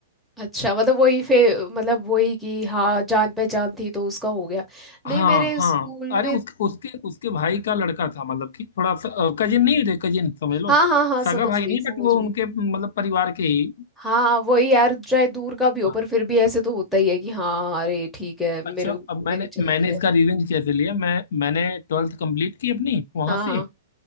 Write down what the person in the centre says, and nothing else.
अच्छा मतलब वही फिर मतलब वही कि हाँ जान पहचान थी तो उसका हो गया नहीं
मेरे
स्कूल
में
हाँ हाँ हाँ
समझ
गई
समझ
गई
हाँ वही यार चाहे दूर का भी हो
पर फिर भी ऐसे तो होता ही है कि हाँ अरे ठीक है मेरे
मेरी
चलती
है
हाँ
हाँ